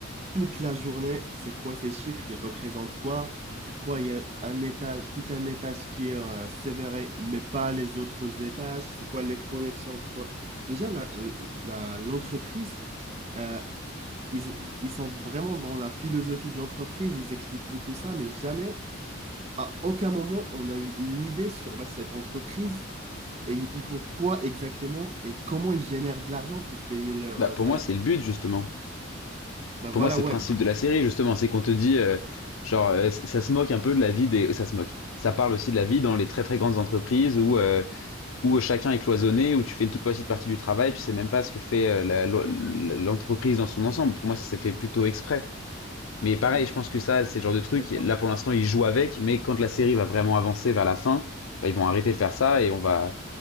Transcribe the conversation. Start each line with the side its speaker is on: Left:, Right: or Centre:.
Right: toute la journée, c'est quoi ces chiffres, ils représentent quoi, pourquoi il y a un étage, tout un étage qui est euh, sévéré, mais pas les autres étages, c'est quoi les connexions entre... eux. Déjà, la, la- l'entreprise... euh, ils, ils sont vraiment dans la philosophie de l'entreprise, ils expliquent beaucoup ça, mais jamais à aucun moment on a eu une idée sur bah, cette entreprise et ils font quoi exactement et comment ils génèrent de l'argent pour payer leurs
Left: Bah,
Right: euh,
Left: pour
Right: salariés.
Left: moi, c'est le but, justement.
Right: Bah voilà,
Left: Pour moi, c'est
Right: ouais,
Left: le principe de la série, justement. C'est qu'on te dit, euh, genre, euh, ça se moque un peu de la vie des, ça se moque. Ça parle aussi de la vie dans les très très grandes entreprises où, euh, où chacun est cloisonné, où tu fais une toute petite partie du travail, tu sais même pas ce que fait euh, la- l'o- l'entreprise dans son ensemble. Pour moi, ça s'est fait plutôt exprès. Mais pareil,
Right: je suis
Left: je pense que ça, c'est le genre de truc,
Right: d'accord.
Left: là pour l'instant, ils jouent avec, mais quand la série va vraiment avancer vers la fin, bah, ils vont arrêter de faire ça et on va,